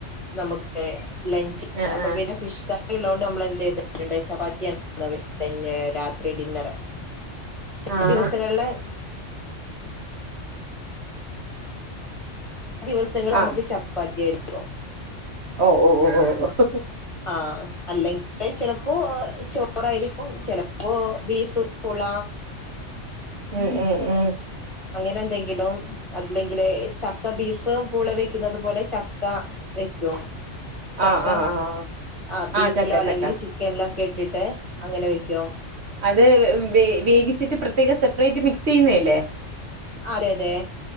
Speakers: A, on the left; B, on the right.
A: നമുക്ക് ലഞ്ച്
B: ആഹ്
A: അപ്പ
B: ആഹ്
A: പിന്നെ ഫിഷ് കറി ഉള്ളതൊണ്ട് നമ്മള്യെന്ത് ച്വയ്തിട്ടുണ്ടെന്ന ചപ്പാത്തി രാത്രി ഒരുഡിന്നറ് ചില
B: ആഹ്
A: ദിവസങ്ങളില് ദിവസങ്ങളൾ നമ്മുക്ക്
B: ആഹ്
A: ചപ്പാത്തി ആയിരിക്കോ
B: ഓ ഓ ഓ ഓ ഓ ഹിക്ഹ്ഹ്
A: ആഹ അല്ലെങ്കിൽ ചിലപ്പോ ചോറായിരിക്കും ചിലപ്പോ ബീഫ് പുള
B: മം മം മം
A: അങ്ങനെ എന്തെങ്കിലും അല്ലെങ്കില് ചക്ക ബീഫും കൂടെ വെക്കതു പോലെ ചക്ക വെക്കോ ചക്ക
B: ആഹ് ആഹ് ആഹ്
A: ആ ബീഫിലോ
B: ആഹ് ചക്ക
A: അല്ലെങ്കിൽ
B: ചക്ക
A: ചിക്ക എല്ലാം ഒക്കെ ഇട്ടിട്ട് അങ്ങനെ വെക്കും
B: അത് വ വേകിച്ചിട്ട് പ്രത്യേകം സെപ്പറേറ്റ് മിക്സ് ചെയ്യുന്ന അല്ലേ
A: അതെ അതെ